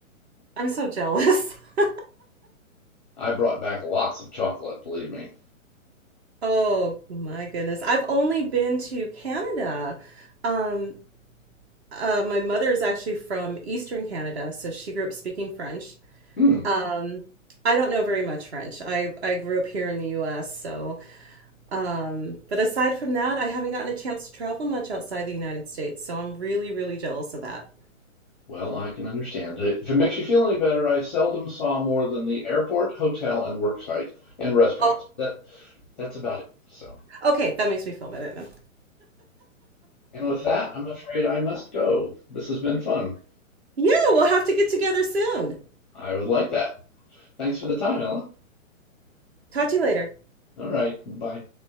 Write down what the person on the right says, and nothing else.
I'm so jealous. <laughs>
Oh my goodness. I've only been to Canada. Um, uh, my mother is actually from Eastern Canada, so she grew up speaking French.
Um, I don't know very much French. I I grew up here in the U.S., so um, but aside from that, I haven't gotten a chance to travel much outside the United States, so I'm really really jealous of that.
Oh,
okay, that makes me feel better then.
Yeah, we'll have to get together soon.
Talk to you later.